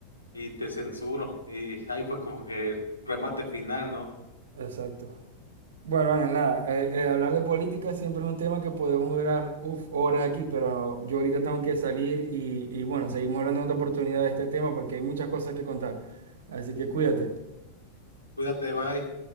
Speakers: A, on the left; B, on the right.
A: y te censuro. Y ahí fue como que el remate final, ¿no?
B: Exacto. Bueno, Ángel, nada, eh, eh, hablar de política siempre es un tema que podemos durar uf, horas aquí, pero yo ahorita tengo que salir y, y bueno, seguimos hablando en otra oportunidad de este tema porque hay muchas cosas que contar. Así que cuídate.
A: Cuídate, bye.